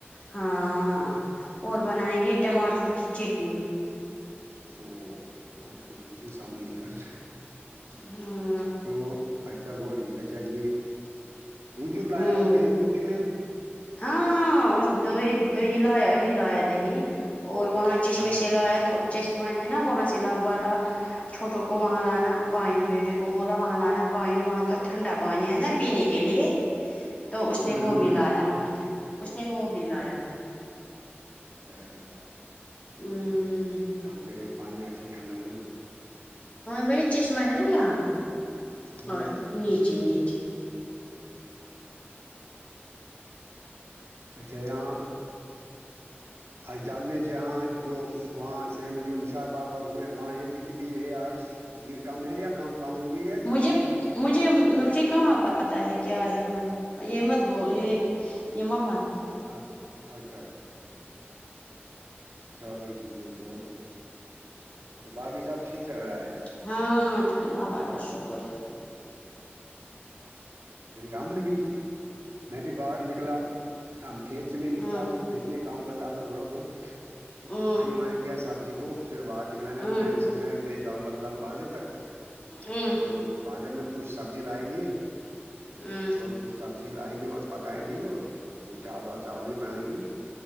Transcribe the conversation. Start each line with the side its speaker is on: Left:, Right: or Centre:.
Left: ہاں اور بنائیں گے ٹماٹر کی چٹنی
Right: <unintelligible>
Left: ہاں
Right: تو اچھا گول ٹھیک ہے چلیے دودھ میںت لایا
Left: ہاں
Right: وہ دہی دودھ ک نہیں
Left: ہاں دو دہی لایا ابھی لایا دہی اور وہاں چشمے
Right: اچھا
Left: سے لایا تھ چشمہ ہے نا وہاں سے ل والا چھوٹوں کو وہاں لانا پانی بیٹے کو بولا وہاں لانا پانی وہاں تو ٹھنڈا پانی ہے نا پینے کے لیے تو اس
Right: ہ
Left: نے وہ بھی لایا اس نے وہ بھی لایا
Right: اچھااچھا اچھا ٹھیک ہے وہ
Left: ہ
Right: شام کے ٹائم پانی اچھا ٹھنڈا ہو
Left: بڑ چشمہ ہے نا یہاں
Right: ہ
Left: اور نیچے نیچے
Right: اچھا یہاں اچ ڈل م میںل ج ہاں جو وہاں سری م میں جو نشاط باغ وغ وہاں کتنے ب آج بھیڑ کم ہے یا کام کم ہو گئی ہے
Left: مجھے
Right: ٹھیک ہے
Left: مجھے مجھے کہاں پتہ ہے کیا ہے وہاں یہ مت بول یہ ہے کہ یہ ما ون
Right: اچ اچھا اچھا چلو ٹھیک ہے تو اچھا باقی سب ٹھیک چل رہا ہے
Left: ہاں ٹین اللہ کا شکر
Right: ہم نے بھی میں بھی باہر نکلا ہم کھیت سے میں نکلا
Left: ہاں
Right: کھیت میں کام کر رہا تھا تھوڑا بہت تو
Left: ہ
Right: پانی وانی دیا سبزی کو پھر باہر نک نکلا میں
Left: ہ
Right: تو میں نے سمجھا کہ میں جاؤں گا فی الحال بازر تک
Left: ہ
Right: تو بازار میں کچھ سبزی لائیں گی
Left: ہ
Right: اور کچھ سبزی لائیں گے اور پکائیں گے اور کو چا وال چاول بھی بنائیں گی